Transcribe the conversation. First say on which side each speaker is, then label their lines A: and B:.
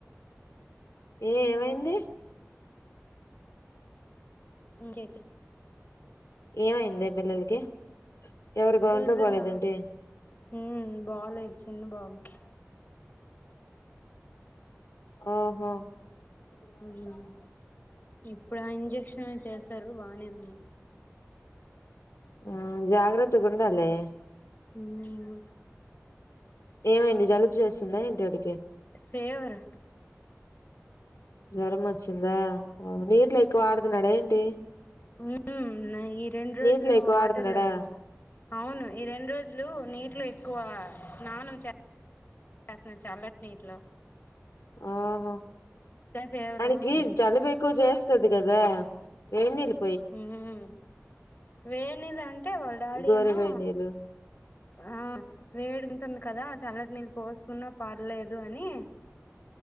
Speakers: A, on the left (about 70°); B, on the left (about 35°).
A: ఏ ఏమైంది
B: ఇకేంటి
A: ఏమయిందే పిల్లలకి ఎవరి గౌంట్లో
B: పిల్లల
A: పోలేదేంటి
B: మ్మ్ బాగలే చిన్న బాబుకి
A: ఓ హో
B: మ్మ్ హ్హ్ ఇప్పుడు ఆ ఇంజక్షన్ చేసరు బానే ఉంది
A: ఆ జాగ్రత్తగుండాలే
B: మ్మ్ హ్హ్
A: ఏమైంది జలుబు చేసిందా ఏంటి వాడికి
B: ఫేవరు
A: జ్వరం వచ్చిందా నీటిలో ఎక్కువ ఆడుతున్నాడా ఏంటి
B: మ్మ్ హ్హ్ ఈ రెండు రోజులు
A: నీటిలో ఎక్కువ
B: వాటర్
A: ఆడుతున్నాడా
B: లో ఎక్కువ అవును ఈ రెండు రోజులు నీట్లో ఎక్కువ స్నానం చేసాడు చల్లటి నీటి తో
A: మ్మ్ హ్
B: ఫేవర్
A: వాడికి
B: వచ్చేసింది
A: జలుబు ఎక్కువ చే స్తది కదా వేడి నీళ్లు
B: మ్మ్ హ్హ్ వేడి నీళ్లు అంటే వాళ్ళ డాడీ
A: గోరు
B: ఏమో
A: వేడి నీళ్ళు
B: ఆ వేడి ఉంటుంది కదా చల్లటి నీళ్ళు పోసుకున్నా పర్లేదు అని